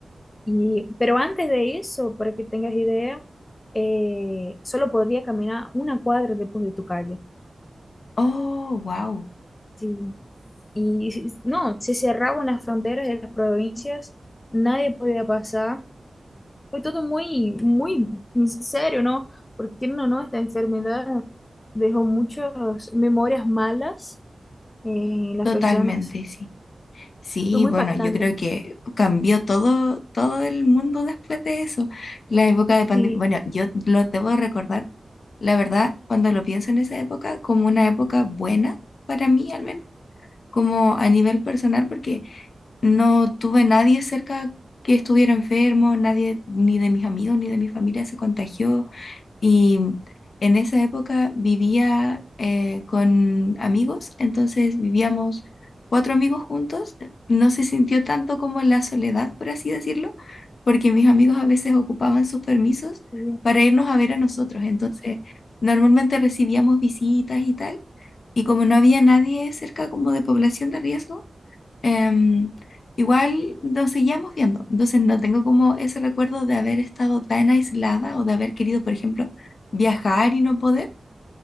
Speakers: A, on the left; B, on the left.
A: Y, pero antes de eso, para que tengas idea, eh, solo podría caminar una cuadra después de tu calle.
B: Oh, wow,
A: Sí. Y si- no, se cerraban las fronteras de las provincias, nadie podía pasar Fue todo muy, muy serio, ¿no? Porque quieren o no, esta enfermedad dejó muchas memorias malas en las
B: totalmente,
A: personas.
B: sí. Sí,
A: Fue muy
B: bueno,
A: impactante.
B: yo creo que cambió todo, todo el mundo después de eso. La época de pandemia,
A: Sí,
B: bueno, yo lo debo recordar, la verdad, cuando lo pienso en esa época, como una época buena para mí al menos, como a nivel personal, porque no tuve nadie cerca que estuviera enfermo, nadie ni de mis amigos ni de mi familia se contagió. Y en esa época vivía eh, con amigos, entonces vivíamos cuatro amigos juntos. No se sintió tanto como la soledad, por así decirlo, porque mis amigos a veces ocupaban sus permisos
A: sí,
B: para irnos a ver a nosotros. Entonces, normalmente recibíamos visitas y tal. Y como no había nadie cerca como de población de riesgo, Em, igual nos seguíamos viendo, entonces no tengo como ese recuerdo de haber estado tan aislada o de haber querido, por ejemplo, viajar y no poder,